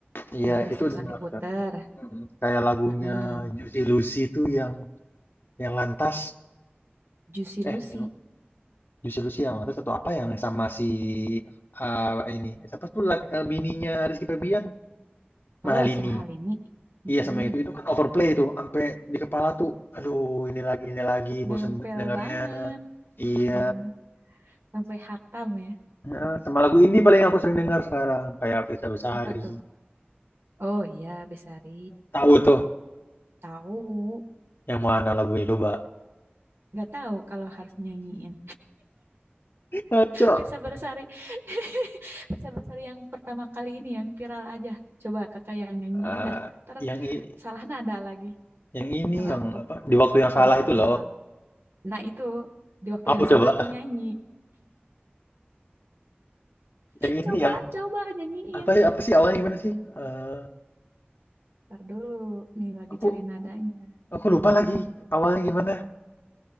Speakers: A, on the left; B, on the right.
A: Iya,
B: Yang terus-terusan
A: itu udah melekat.
B: diputer.
A: Mm, Kayak lagunya
B: Heeh.
A: Juicy Lucy itu yang yang lantas
B: Juicy Lucy.
A: eh yang Juicy Lucy yang lantas atau apa yang sama si ah, ini siapa tuh lak- eh, bininya Rizky Febian
B: Oh
A: Malini.
B: si Mahalini. Mm-mm.
A: Iya sama yang itu itu kan overplay tuh sampai di kepala tuh aduh ini lagi ini lagi
B: Nempel
A: bosan banget dengarnya.
B: banget.
A: Iya,
B: Heeh. Sampai hatam ya.
A: nah, sama lagu indie paling aku sering dengar sekarang kayak Fisa Besari.
B: Apa tuh? Oh iya Besari.
A: Tahu tuh
B: Tahu.
A: yang mana lagunya coba.
B: Nggak tahu kalau harus nyanyiin.
A: Kacau.
B: Pirsa Bersari. <laughs> Pirsa Bersari yang pertama kali ini yang viral aja. Coba kakak yang nyanyiin
A: Eh,
B: dah. Ntar
A: yang i-
B: salah nada lagi
A: Yang ini
B: kalau
A: yang
B: aku.
A: apa di waktu yang
B: Coba-coba.
A: salah itu loh.
B: Nah itu di waktu
A: aku
B: yang
A: coba?
B: salah aku nyanyi.
A: Yang ini
B: Coba,
A: yang
B: coba nyanyiin.
A: apa ya apa sih awalnya gimana sih? Eh
B: Ntar dulu. Nih lagi
A: aku
B: cari nadanya.
A: aku lupa lagi awalnya gimana.